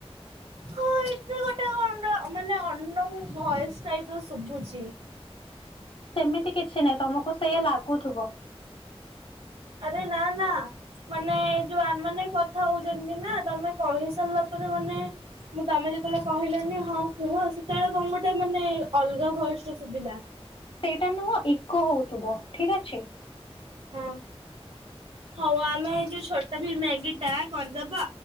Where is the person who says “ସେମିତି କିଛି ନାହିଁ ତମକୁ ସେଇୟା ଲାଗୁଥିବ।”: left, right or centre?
Left